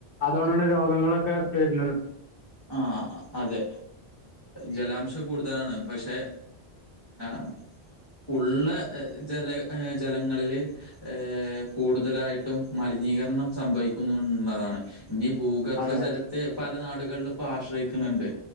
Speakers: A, on the left; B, on the left.
A: അതോണ്ടാണ് രോഗങ്ങളൊക്കെ വര്ണത്
B: ആ അതെ ജലാംശം കൂടുതലാണ് പക്ഷെ ഉം ഉള്ള ജല ജലങ്ങളിൽ ഏ കൂടുതലായിട്ടും മലിന നീകരണം സംഭവിക്കുന്നുള്ളതാണ് ഇനി ഭൂഗർഭജലത്തെ
A: അതെ
B: പല നാടുകൾലും ഇപ്പോ ആശ്രയിക്കുന്നുണ്ട്